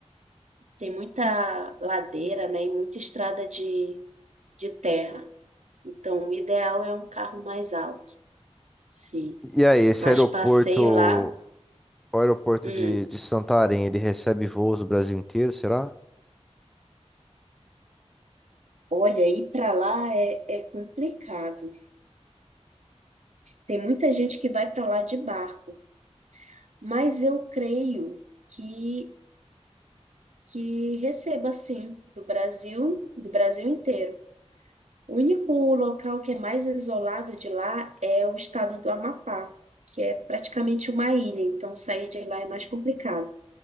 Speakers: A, on the right; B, in the centre.
A: Tem muita ladeira, né, e muita estrada de, de terra. Então, o ideal é um carro mais alto, sim.
B: E aí, esse
A: Mas
B: aeroporto,
A: passeio
B: o
A: lá,
B: aeroporto
A: hum,
B: de, de Santarém, ele recebe voos do Brasil inteiro, será?
A: olha, ir para lá é, é complicado. Tem muita gente que vai para lá de barco, mas eu creio que que receba sim do Brasil, do Brasil inteiro. O único local que é mais isolado de lá é o estado do Amapá, que é praticamente uma ilha, então sair de lá é mais complicado.